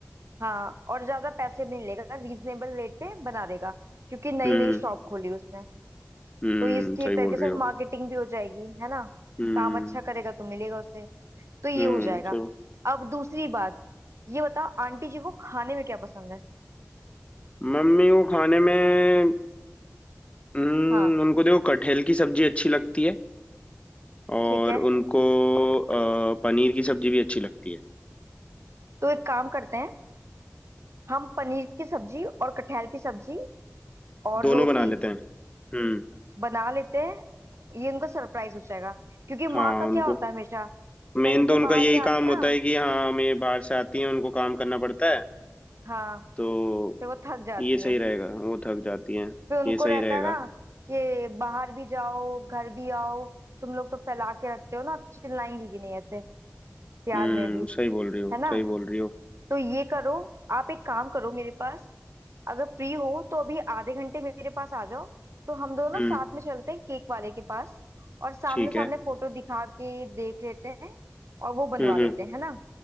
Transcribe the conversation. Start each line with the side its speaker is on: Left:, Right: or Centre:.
Right: हाँ और ज्यादा पैसे भी नहीं लेगा रीजनेबल रेट पे बना देगा क्योंकि नई
Left: हम्म
Right: नई शॉप खोली उसने
Left: हम्म
Right: तो इसकी
Left: सही
Right: एक
Left: बोल
Right: तरीके से
Left: रही हो
Right: मार्केटिंग भी हो जाएगी है ना
Left: हम्म
Right: काम अच्छा करेगा तो मिलेगा उसे तो ये
Left: हम्म
Right: हो जाएगा
Left: सही
Right: अब दूसरी बात ये बताओ आंटी जी को खाने में क्या पसंद है
Left: मम्मी को खाने में हम्म
Right: हाँ
Left: उनको देखो कटहल की सब्जी अच्छी लगती है और
Right: ठीक है
Left: उनको अ, पनीर की सब्जी भी अच्छी लगती है
Right: तो एक काम करते हैं हम पनीर की सब्जी और कटहल की सब्जी और
Left: दोनों
Right: रोटी
Left: बना लेते हैं हम्म
Right: बना लेते हैं ये उनका सरप्राइज हो जाएगा क्योंकि माँ
Left: हाँ
Right: का
Left: उनको
Right: क्या होता है हमेशा
Left: मेन
Right: कहीं से
Left: तो उनका
Right: बाहर
Left: यही
Right: से आती
Left: काम
Right: ना
Left: होता है कि हाँ हमें बाहर से आती हैं उनको काम करना पड़ता है
Right: हाँ
Left: तो
Right: फिर वो थक जाती
Left: ये सही
Right: हैं
Left: रहेगा वो थक जाती हैं
Right: फिर उनको
Left: ये सही
Right: रहता
Left: रहेगा
Right: है ना कि बाहर भी जाओ घर भी आओ तुम लोग तो फैला के रखते हो ना चिल्लाएंगी भी नहीं ऐसे प्यार
Left: हम्म
Right: में भी
Left: सही बोल रही हो
Right: है ना
Left: सही बोल रही हो
Right: तो ये करो आप एक काम करो मेरे पास अगर फ्री हो तो अभी आधे घंटे मेरे पास आ जाओ तो हम दोनों ना
Left: हम्म
Right: साथ में चलते हैं केक वाले के पास और सामने
Left: ठीक
Right: सामने
Left: है
Right: फोटो दिखा के देख लेते हैं और वो बनवा
Left: हम्म हम्म
Right: लेते हैं है ना